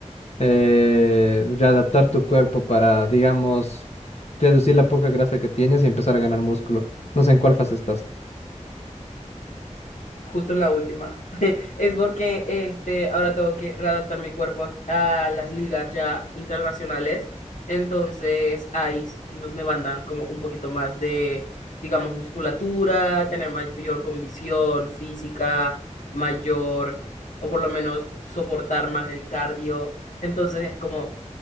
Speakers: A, on the left (about 55°); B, on the left (about 80°).
A: Eh, readaptar tu cuerpo para, digamos, reducir la poca grasa que tienes y empezar a ganar músculo. No sé en cuál fase estás.
B: Justo en la última. Es porque este, ahora tengo que readaptar mi cuerpo a, a las ligas ya internacionales. Entonces, ahí sí nos demandan como un poquito más de, digamos, musculatura, tener mayor condición física, mayor, o por lo menos soportar más el cardio. Entonces, es como,